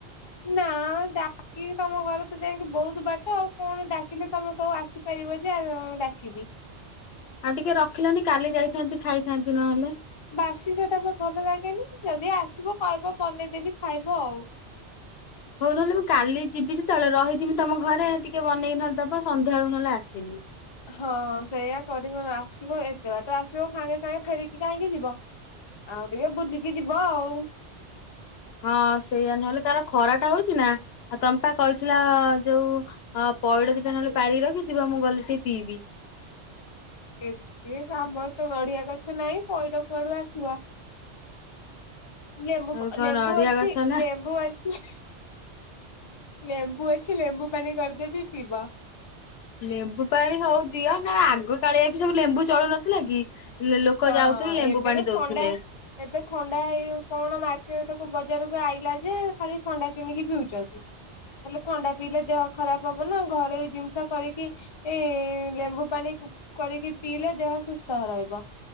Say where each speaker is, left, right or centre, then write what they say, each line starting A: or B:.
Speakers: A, on the left; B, on the left.
A: ନା ଡାକ୍ କି ତମ ଘର ତ ଯାଇଁକି ବହୁତୁ ବାଟ ଆଉ କଣ ଡାକିଲେ ତମେ କଉ ଆସିପାରିବ ଯେ ଆ ଡାକିବି।
B: ଆଉ ଟିକେ ରଖିଲନି କାଲି ଯାଇଥାନ୍ତି ଖାଇଥାନ୍ତି ନହେଲେ।
A: ବାସି ସେଟା ଭଲ ଲାଗେନି ଯଦି ଆସିବ କହିବ ବନେଇଦେବି ଖାଇବ ଆଉ।
B: ହୋଉ ନହେଲେ ମୁଁ କାଲି ଯିବି ଯେତେବେଳେ ରହିଯିମି ତମ ଘରେ ଟିକେ ବନେଇକି ନହେଲେ ଦେବ ସନ୍ଧ୍ୟା ବେଳକୁ ନହେଲେ ଆସିବି।
A: ହଁ ସେଇୟଆା କରିବ ଆସିବ ଏତେ ବାଟା ଆସିବ ସାଙ୍ଗେ ସାଙ୍ଗେ ଫେରିକି କାଇହିଁକି ଯିବ। ଆଉ ଟିକେ ବୁଲିକି ଯିବ ଆଉ।
B: ହଁ ସେଇଆ ନହେଲେ ତାର ଖରାଟା ହଉଚି ନା। ଆଉ ତମ୍ପା କହିଥିଲା ଯୋଉ ଅଁ ପଇଡ ଦିଟା ନହେଲେ ପାରିକି ରଖି ଥିବ ମୁଁ ଗଲି ଟିକେ ପିଇବି।
A: ଏତେ ଆମର ତ ନଡିଆ ଗଛ ନାଇଁ ପଇଡ କୁଆଡୁ ଆସିବ। ଇଏ ମୁଁ
B: ଆଉ
A: ପ
B: କଣ
A: ଲେମ୍ବୁ
B: ନଡିଆ
A: ଅଛି
B: ଗଛ ନା
A: ଲେମ୍ବୁ ଅଛି? ଲେମ୍ବୁ ଅଛି ଲେମ୍ବୁ ପାଣି କରିଦେବି ପିଇବ।
B: ଲେମ୍ବୁ ପାଣି ହଉ ଦିଅ ନା ଆଗ କାଳିଆ ବି ସବୁ ଲେମ୍ବୁ ଚଳୁନଥିଲା କି ଲୋକ
A: ହଁ
B: ଯାଉଥିଲେ ଲେମ୍ବୁ
A: ଏବେ
B: ପାଣି
A: ତ
B: ଦଉଥିଲେ।
A: ଥଣ୍ଡା ଏବେ ଥଣ୍ଡା ହେଇ କଣ ମା କେ ତାକୁ ବଜାରକୁ ଆଇଲା ଯେ ଖାଲି ଥଣ୍ଡା କିଣିକି ପିଉଛନ୍ତି ହେଲେ ଥଣ୍ଡା ପିଇଲେ ଦେହ ଖରାପ ହବ ନା ଘରେଇ ଜିନିଷ କରିକି ଏ ଲେମ୍ବୁ ପାଣି କରିକି ପିଇଲେ ଦେହ ସୁସ୍ଥ ରହିବ